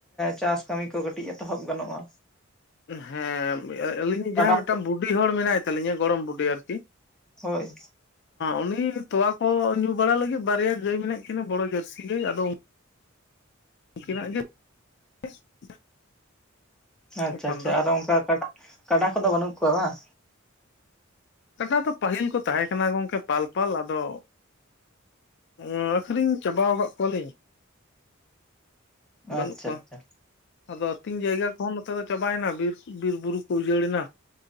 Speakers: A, in the centre; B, on the left.
A: ᱪᱟᱥ ᱠᱟᱹᱢᱤ ᱠᱚ ᱠᱟᱹᱴᱤᱡ ᱮᱛᱚᱦᱚᱵ ᱜᱟᱱᱚᱜᱼᱟ
B: ᱦᱮᱸ ᱟᱹᱞᱤᱧ
A: ᱠᱟᱰᱟ
B: ᱡᱟᱦᱟᱸ ᱢᱤᱫᱴᱟᱝ
A: ᱠᱚ
B: ᱵᱩᱰᱤᱷᱤ ᱦᱚᱲ ᱢᱮᱱᱟᱭ ᱛᱟᱹᱟᱞᱤᱧᱟ ᱜᱚᱲᱚᱢ ᱵᱩᱰᱷᱤ ᱟᱨᱠᱤ,
A: ᱦᱳᱭ ᱾
B: ᱩᱱᱤ ᱛᱚᱣᱟ ᱠᱚ ᱧᱩ ᱵᱟᱲᱟ ᱞᱟᱹᱜᱤᱫ ᱵᱟᱨᱭᱟ ᱜᱟᱹᱭ ᱢᱮᱱᱟᱜ ᱠᱤᱱᱟᱹ ᱵᱚᱲᱚ ᱡᱟᱹᱨᱥᱤ ᱜᱟᱹᱭ ᱟᱫᱚ, ᱩᱱᱠᱤᱱᱟᱜ ᱜᱮ <inaudible>
A: ᱟᱪᱪᱷᱟ
B: ᱮᱠᱷᱚᱱ
A: ᱟᱪᱪᱷᱟ
B: ᱫᱚ
A: ᱟᱨ ᱚᱱᱠᱟ ᱠᱟᱰᱟ ᱠᱟᱰᱟ ᱠᱚᱫᱚ ᱵᱟᱹᱱᱩᱜ ᱠᱚᱣᱟ ᱵᱟᱝ?
B: ᱠᱟᱰᱟ ᱫᱚ ᱯᱟᱹᱦᱤᱞ ᱠᱚ ᱛᱟᱦᱮᱸ ᱠᱟᱱᱟ ᱜᱚᱢᱠᱮ ᱯᱟᱞᱯᱟᱞ ᱟᱫᱚ ᱦᱸ ᱟᱹᱠᱷᱨᱤᱧ ᱪᱟᱵᱟ ᱟᱠᱟᱫ ᱠᱚᱣᱟᱞᱤᱧ᱾ ᱵᱟᱹᱱᱩᱜ
A: ᱟᱪᱪᱷᱟ
B: ᱠᱚᱣᱟ,
A: ᱟᱪᱪᱷᱟ
B: ᱟᱫᱚ ᱟᱛᱤᱧ ᱡᱟᱭᱜᱟ ᱠᱚᱦᱚ ᱱᱚᱛᱮ ᱫᱚ ᱪᱟᱵᱟᱭᱮᱱᱟ ᱵᱤᱨ ᱵᱤᱨ ᱵᱩᱨᱩ ᱠᱚ ᱩᱡᱟᱹᱲ ᱮᱱᱟ